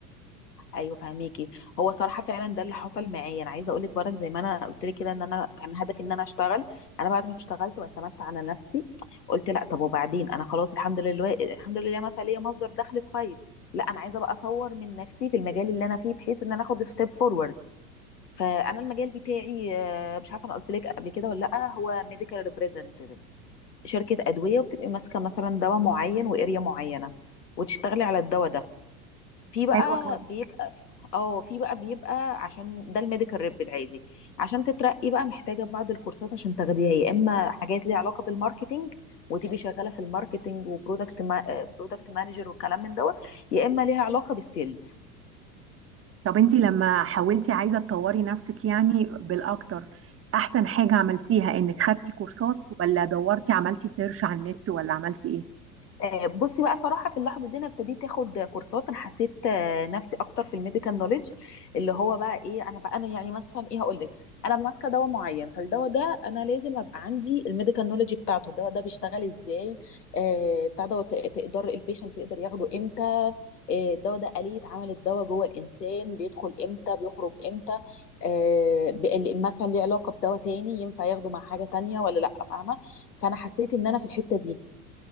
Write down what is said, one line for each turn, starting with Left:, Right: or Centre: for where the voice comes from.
Left: ايوه فهميكي هو صراحه فعلا ده اللي حصل معايا انا عايزه اقول لك برك زي ما انا قلت لك كده ان انا كان هدفي ان انا اشتغل انا بعد ما اشتغلت واعتمدت على نفسي قلت لا طب وبعدين انا خلاص الحمد لله الحمد لله مثلا ليا مصدر دخل كويس لا انا عايزه بقى اطور من نفسي في المجال اللي انا فيه بحيث ان انا اخد ستيب فورورد فانا المجال بتاعي آه، مش عارفه انا قلت لك قبل كده ولا لا هو ميديكال ريبريزنتيف شركه ادويه وبتبقي ماسكه مثلا دواء معين واريا معينه وتشتغلي على الدواء ده في بقى
Right: حلوة
Left: بيبقى اه في بقى بيبقى عشان ده الميديكال ريب العادي عشان تترقي بقى محتاجه بعض الكورسات عشان تاخديها يا اما حاجات ليها علاقه بالماركتينج وتبقي شغاله في الماركتينج وبرودكت ما... برودكت مانجر والكلام من دوت يا اما ليها علاقه بالسيلز
Right: طب انتي لما حاولتي عايزة تطوري نفسك يعني بالأكتر أحسن حاجة عملتيها إنك خدتي كورسات ولا دورتي عملتي سيرش على النت ولا عملتي إيه؟
Left: آه، بصي بقى صراحة في اللحظة دي أنا ابتديت آخد كورسات أنا حسيت آه، نفسي أكتر في الميديكال نوليدج اللي هو بقى إيه أنا بقى أنا يعني مثلا إيه هقول لك أنا ماسكة دواء معين فالدواء ده أنا لازم أبقى عندي الميديكال نوليدج بتاعته الدواء ده بيشتغل إزاي آه، بتاع ده وت- تقدر البيشنت يقدر ياخده إمتى آه، الدواء ده آلية عمل الدواء جوه الإنسان بيدخل إمتى بيخرج إمتى آه، ب- ال- مثلا ليه علاقة بدواء تاني ينفع ياخده مع حاجة تانية ولا لأ فاهمة فأنا حسيت إن أنا في الحتة دي